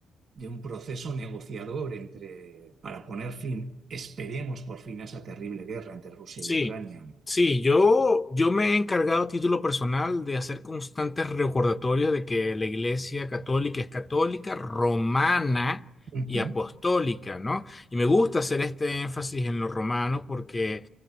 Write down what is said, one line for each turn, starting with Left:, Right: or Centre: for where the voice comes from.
Right: de un proceso negociador entre, para poner fin, esperemos por fin, a esa terrible guerra entre Rusia
Left: Sí,
Right: y Ucrania.
Left: sí, yo, yo me he encargado a título personal de hacer constantes recordatorios de que la Iglesia Católica es católica, romana
Right: Ujú.
Left: y apostólica, ¿no? Y me gusta hacer este énfasis en lo romano porque